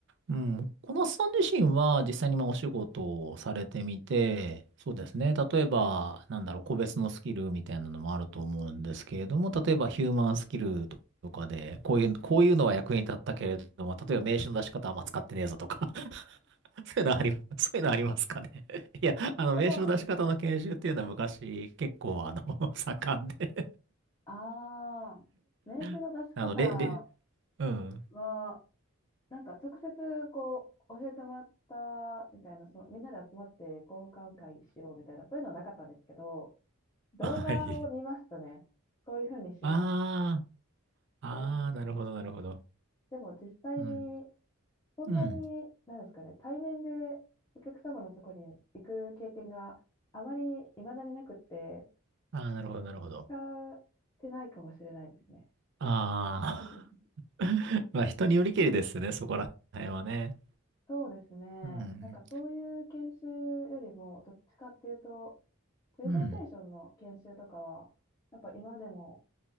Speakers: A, on the right; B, on the left.
A: うん。小夏さん自身は実際にまあお仕事をされてみて、そうですね。例えば、なんだろう、個別のスキルみたいなのもあると思うんですけれども、例えばヒューマンスキルとかで、こういう、こういうのは役に立ったけれども、例えば名刺の出し方はあんま使ってねえぞとか <laughs> そういうのあり、<laughs> そういうのありますかね。<laughs> いや、あの、名刺の出し方の研修っていうのは昔結構あの、
B: そうですね。
A: <laughs> 盛んで、
B: ああ、名刺の出し方
A: <laughs> あの、れ、れ、うん。
B: は、なんか直接こう教えてもらったみたいな、そのみんなで集まって交換会しようみたいな、そういうのはなかったんですけど、動画を見ますとね、
A: <laughs> はい。
B: こういうふうにします
A: ああ、ああ、
B: と、
A: なるほど、なるほど。
B: でも実際に
A: うん。
B: そんなに、
A: うん。
B: なんですかね、対面でお客様のとこに行く経験があまり未だになくって、
A: ああ、なるほど、なるほど。
B: 使ってないかもしれないですね。
A: ああ、
B: <laughs>
A: <laughs> まあ人によりけりですよね、そこら辺はね。
B: そうですね。
A: うん。
B: なんかそういう研修よりも、どっちかっていうと、プレゼンテーションの研修とかは、
A: うん。
B: やっぱ今でも、